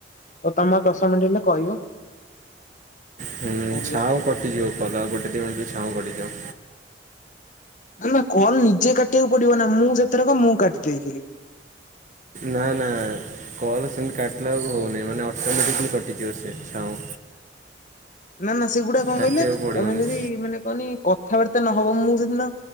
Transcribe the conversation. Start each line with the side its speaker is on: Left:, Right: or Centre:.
Left: ହଉ ତମର୍ ଦଶ ମିନିଟ୍ ହେଲେ କହିବ।
Right: ହୁଁ
Left: ଆଉ।
Right: ଛାଉଁ କଟିଯିବ କଲ ଗୋଟେ ଦି ମିଣ୍ଟ୍ ଛାଉ କଟିଯିବ।
Left: ନା କଲ ନିଜେ କାଟିଆକୁ ପଡିବ ନା ମୁଁ ସେଥରକ ମୁଁ କାଟି ଦେଇଥିଲି।
Right: ନା ନା କଲ୍ ସେମିତି କାଟିଲାକୁ ହେଉନାହିଁ ମାନେ ଅଟୋମେଟିକାଲି କଟିଯିବ ସେ ଛାଉଁ।
Left: ନା ନା ସେଗୁଡା କଣ
Right: କାଟିବାକୁ
Left: କହିଲେ ତମେ
Right: ପଡ଼ିବନି।
Left: ଯଦି ମାନେ କନି କଥାବାର୍ତ୍ତା ନହବ ମୁଁ ସେଦିନ